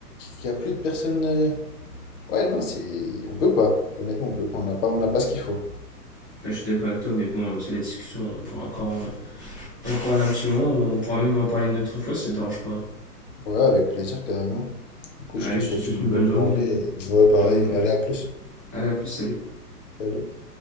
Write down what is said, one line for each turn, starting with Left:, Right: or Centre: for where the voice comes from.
Left: Il n'y a plus de personnes... euh, Ouais, non, c'est... On peut pas. Honnêtement, on peut pas. On n'a pas, on n'a pas ce qu'il faut.
Right: Ouais, je suis d'accord avec toi, mais bon, tu sais, la discussion, on pourra encore On parle un petit moment, on pourra même en parler une autre fois si ça te dérange pas.
Left: Ouais, avec plaisir, carrément. Écoute,
Right: Allez,
Left: je te souhaite
Right: je te souhaite
Left: une bonne
Right: une bonne journée.
Left: journée
Right: hein.
Left: et ouais, pareil.
Right: Ouais, moi
Left: Allez,
Right: aussi.
Left: à plus.
Right: Allez, à plus, salut.
Left: Salut.